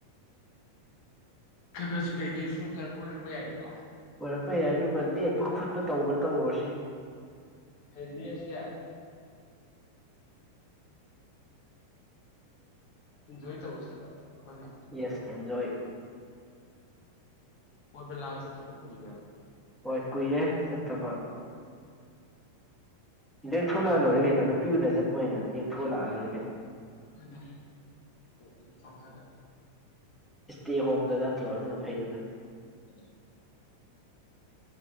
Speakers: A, on the left; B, in the centre.
A: ꯈ ꯈꯁꯨ ꯀꯩ ꯀꯩꯁꯨ ꯁꯨꯝ ꯈꯔ ꯀꯣꯏꯔꯛꯄ ꯌꯥꯏꯗ
B: ꯑꯣꯏꯔꯛꯄ ꯌꯥꯏ ꯑꯗꯨꯒ ꯂꯦꯛꯄ ꯈꯣꯠꯄ ꯇꯧꯕ ꯇꯧꯔꯨꯔꯁꯤ
A: ꯍꯅꯤ ꯑꯁꯤ ꯍꯥꯏ ꯣꯏ ꯇꯧꯁꯦꯕ ꯑꯩꯈꯣꯏꯅ
B: ꯌꯦꯁ ꯑꯦꯟꯖꯣꯌ
A: ꯃꯕ ꯂ ꯑꯃ ꯁꯦꯠꯇ ꯄꯣꯛꯄꯦꯕ
B: ꯍꯣꯏ ꯀꯨꯏꯔꯦ ꯆꯠꯇꯕ ꯗꯦ ꯊꯣꯂ
A: ꯕꯣꯔꯤꯡ
B: ꯂꯣꯏꯔ ꯀꯩꯩꯅꯅꯅꯤ ꯄꯤꯁꯦ ꯄꯣꯏꯅ ꯊꯣꯂ ꯑꯂꯣꯈꯩꯅ
A: <unintelligible> <unintelligible>
B: ꯏꯁꯇꯦ ꯍꯣꯝꯗ ꯅꯠꯇ꯭ꯔꯣꯅ ꯐꯩꯗꯅ
A: <unintelligible>